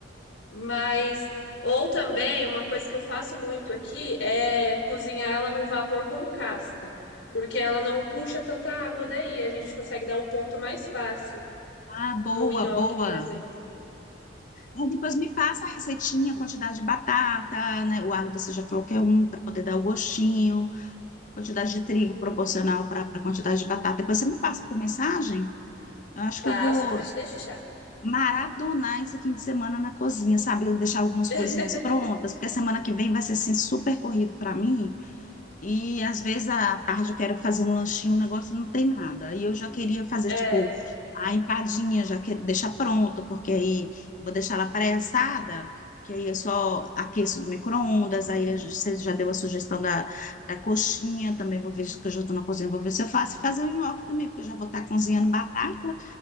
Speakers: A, on the left (about 70°); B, on the left (about 40°).
A: Mas ou também uma coisa que eu faço muito aqui é cozinhar ela no vapor com casca, porque ela não puxa tanta água daí, a gente consegue dar o ponto mais fácil
B: ah, boa,
A: no nhoque,
B: boa.
A: por exemplo.
B: Aí depois me passa a receitinha, quantidade de batata, né? O alho você já falou que é um para poder dar o gostinho, quantidade de trigo
A: Uhum.
B: proporcional para a quantidade de batata. Depois você me passa por mensagem. Eu acho
A: Passo,
B: que eu vou
A: pode deixar.
B: maratonar esse fim de semana na cozinha, sabe? Eu deixar algumas
A: <laughs>
B: coisinhas prontas, porque a semana que vem vai ser assim super corrido para mim. E às vezes à tarde eu quero fazer um lanchinho, um negócio não tem nada. E eu já queria fazer,
A: É,
B: tipo, a empadinha, já que deixar pronta, porque aí vou deixar ela pré-assada, que aí eu só aqueço no micro-ondas. Aí eu já- você já deu a sugestão da, da coxinha, também vou ver se que eu já estou na cozinha, vou ver se eu faço. E fazer o nhoque também, porque eu já vou estar cozinhando batata,